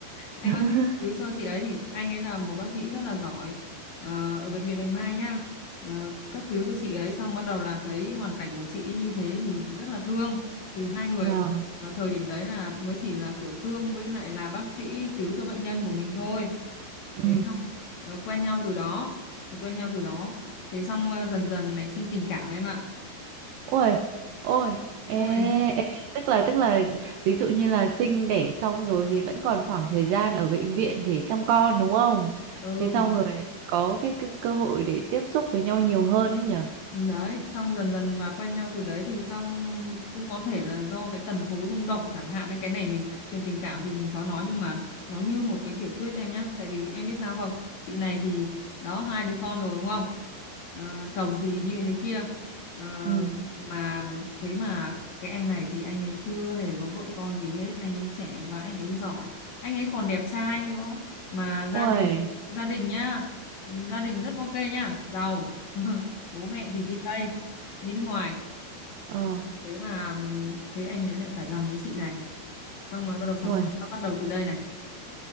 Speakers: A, on the left (about 55°); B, on the right (about 80°).
A: anh
B: <laughs>
A: bác sĩ cứu cho chị ấy thì anh ấy là một bác sĩ rất là giỏi ờ, ở bệnh viện Bạch Mai nhá Ờ, cấp cứu cho chị ấy xong bắt đầu là thấy hoàn cảnh của chị ấy như thế thì rất là thương thì hai người
B: Vâng.
A: ờ, thời điểm đấy là mới chỉ là kiểu thương với lại là bác sĩ cứu cho bệnh nhân của mình thôi
B: Ừ.
A: thế xong ờ, quen nhau từ đó thì quen nhau từ đó thế xong ờ, dần dần nảy sinh tình cảm em ạ
B: Ôi, ôi, ê,
A: ôi
B: ê, tức là tức là ví dụ như là sinh đẻ xong rồi thì vẫn còn khoảng thời gian ở bệnh viện để chăm con đúng không?
A: ừ
B: Thế xong rồi có cái, cái cơ hội để tiếp xúc với nhau nhiều hơn ấy nhở?
A: Đấy, xong dần dần và quen nhau từ đấy thì xong cũng có thể là do cái tần số rung động chẳng hạn nên cái này mình chuyện tình cảm thì mình khó nói nhưng mà nó như một cái tiểu thuyết em nhá, tại vì em biết sao không? Chị này thì đó hai đứa con rồi đúng không? Ờ, chồng thì như thế kia. Ờ,
B: Ừ.
A: mà thế mà cái anh này thì anh ấy chưa hề có vợ con gì hết, anh ấy trẻ và anh ấy giỏi, anh ấy còn đẹp trai nữa mà gia
B: Ôi,
A: đình gia đình nhá, gia đình rất ok nhá, giàu. <laughs> bố mẹ thì đi Tây đi nước ngoài
B: ờ,
A: thế mà ừm, thế anh ấy lại phải lòng với chị này xong rồi bắt đầu sóng
B: ôi.
A: gió nó bắt đầu từ đây này